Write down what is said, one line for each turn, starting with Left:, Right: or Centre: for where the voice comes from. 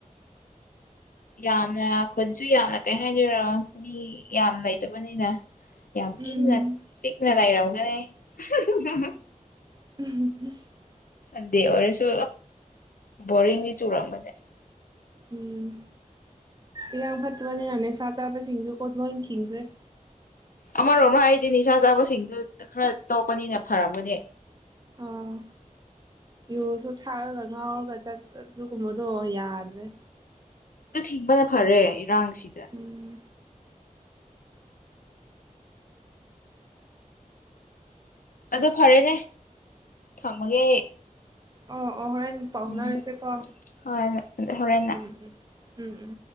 Left: ꯌꯥꯝꯅ ꯈꯨꯟꯁꯨ ꯌꯥꯝꯅ ꯀꯩ ꯍꯥꯏꯅꯤꯔꯣ ꯃꯤ ꯌꯥꯝ ꯂꯩꯇꯕꯅꯤꯅ ꯌꯥꯝ
Right: ꯎꯝ
Left: ꯏꯅ ꯆꯤꯛꯅꯗ ꯏꯔ ꯃꯅꯦ ꯑ
Right: ꯎꯝ
Left: ꯁꯟꯗꯦ ꯑꯣꯏꯔꯁꯨ ꯕꯣꯔꯤꯡꯗꯤ ꯆꯨꯔꯝꯕꯅꯦ
Right: ꯎꯝ ꯏꯔꯥꯡ ꯐꯠꯇ꯭ꯔꯅꯤꯅ ꯅꯤꯁꯥ ꯆꯥꯕꯁꯤꯡꯁꯨ ꯀꯣꯠꯄ ꯑꯣꯏꯅ ꯊꯤꯡꯈ꯭ꯔꯦ
Left: ꯑꯃꯔꯣꯝ ꯍꯥꯏꯔꯗꯤ ꯅꯤꯁꯥ ꯆꯥꯕꯁꯤꯡꯗꯨ ꯈꯔ ꯇꯧꯄꯅꯤꯅ ꯐꯔꯝꯕꯅꯦ
Right: ꯑꯥ ꯌꯨꯁꯨ ꯊꯥꯛꯑꯒ ꯉꯥꯎꯔꯒ ꯆꯠ ꯑꯗꯨꯒꯨꯝꯕꯗꯣ ꯌꯥꯗ꯭ꯔꯦ
Left: ꯊꯤꯡꯕ ꯅ ꯐꯔꯦ ꯔꯪꯁꯤꯗ
Right: ꯎꯝ
Left: ꯑꯗꯨ ꯐꯔꯦꯅꯦ ꯊꯝꯃꯒꯦ ꯑꯩ
Right: ꯑꯣ ꯑꯣ ꯍꯔꯦꯟ ꯄꯥꯎꯅꯥ
Left: ꯎꯝ
Right: ꯔꯁꯦ ꯄꯥꯎ
Left: ꯍꯣꯏ ꯍꯣꯔꯦꯟꯅ
Right: ꯎꯝ ꯎꯝ ꯎꯝ ꯎꯝ